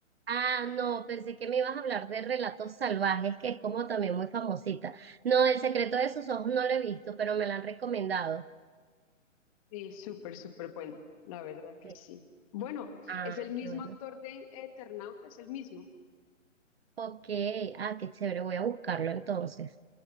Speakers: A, on the right; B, on the left.
A: Ah, no, pensé que me ibas a hablar de Relatos Salvajes, que es como también muy famosita. No, El secreto de sus ojos no lo he visto, pero me la han recomendado.
B: Sí, súper, súper buena, la verdad que
A: Sí.
B: sí. Bueno,
A: Ah,
B: es el mismo
A: qué bueno.
B: actor de Eternauta, es el mismo.
A: Ok, ah, qué chévere, voy a buscarlo entonces.